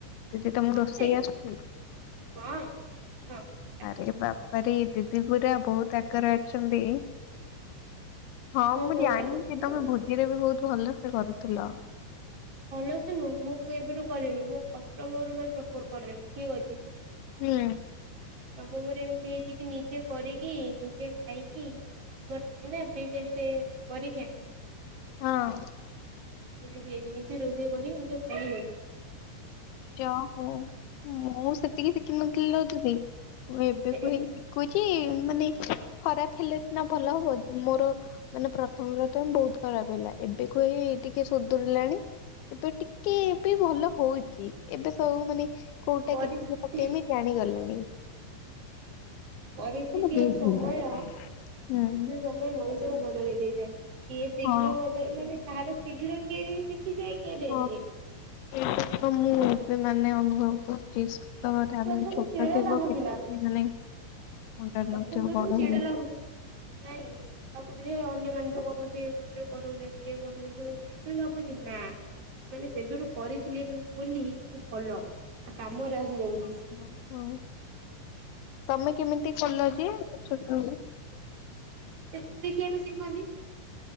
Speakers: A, on the left (about 80°); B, on the right (about 35°).
A: ଦିଦି ତମକୁ
B: ମତେ
A: ରୋଷେଇ ଆସୁଛି?
B: ହଁ ହଁ। ଆସ୍
A: ଇରେ ବାପ ପରେ ଦିଦି ପୁରା ବହୁତ ଆଗରେ ଅଛନ୍ତି ହଁ ମୁଁ
B: କହୁଛ
A: ଜାଣିଛି
B: ମୁଁ
A: ତମେ ଭୋଜିରେ ବି ବହୁତ ଭଲ ସେେ କରୁଥିଲ
B: ଭଲ ସେ ନୁହଁ ମୁଁ କେବେଠୁ କଲିଣି ମୁଁ ଅଷ୍ଟମରୁ ମେ ପ୍ରପର ପ ଠିକ ଅଛି
A: ହୁଁ
B: ନବମରେ ଏମିତି ହେଇଛି କି ନିଜେ କରିକି ନିଜେ ଖାଇକି ଆମର ଥାଏ ନା ପ୍ରି ଟେଷ୍ଟ ପରୀକ୍ଷା
A: ହଁ
B: ପଜିନି ରୋଷେଇ କରି ନିଜେ ଖାଇଲେ
A: ଯା ହଉ ମୁଁ ସେତିକି ଶିଖିନଥିଲିଲ ଦିଦି ମୁଁ ଏବେ
B: ଏ
A: କ
B: ଏ
A: ହେଇ କୁ ଯେ ମାନେ ଖରାପ ହେଲେ ସିନା ଭଲ ହବ ମୋର ମାନେ ପ୍ରଥମେ ପ୍ରଥମେ ବହୁତ ଖରାପ ହେଲା ଏବେକୁ ହେଇ ଟିକେ ସୁଧୁରିଲାଣି ଏବେ ଟିକେ ବି ଭଲ ହଉ ଠି ଏବେ ସବୁ ମାନେ କୋଉଟା
B: ପରିସ୍ଥିତି
A: କେତିେ ପକେଇମି ଜାଣିଗଲେଣି
B: ପରିସ୍ଥିତି
A: ବହୁତ
B: ଆଉ ସମୟ
A: ହୁଏ ହୁଁ।
B: ସମୟ ମଣିଷ ସବୁ ବଦଳେଇ ଦେଇଥାଏ କିଏ ଶୀଘ୍ର
A: ହଁ।
B: ବଦଳ ମାନେ ତାହାର ଶୀଘ୍ର କିଏ ଶିଖିଯାଏ କିଏ ଡେରିରେ।
A: ହଁ ଏ ତ ମୁଁ ଏବେ ମାନେ ଅନ ସତ
B: ପ୍ରଥମେ
A: କଥା
B: ପ୍ରଥମେ
A: ମାନ ଛୋଟ
B: ଚିଡା
A: ଥିବ
B: ଲାଗୁଥିଲା
A: କିଛି ମାନେ ମୁଣ୍ଡରେ
B: ପ୍ରଥମେ
A: ନଥିବ
B: ପ୍ରଥମେ
A: ବଡ
B: ଚିଡା ଲାଗୁଥିଲା ନାଇଁ କି? ଭାବୁଥିଲି ଅନ୍ୟମାନେ ତ କରୁନଥିବେ ମତେ କରାଉଛନ୍ତି ଇଏ କରୁଛନ୍ତି ଏବେ ଭାବୁଛି ନା ମାନେ ସେବେଠୁ କରିଥିଲେ ବି ବୋଲି ଭଲ କା ମୋର ରହିଯାଉଛି
A: ଓହୋ ହୁଁ ତମେ କେମିତି କଲ ଯେ ଛୋଟ ବେଳୁ
B: ଦେଖି ଦେଖି ଆମେ ଶିଖନ୍ତି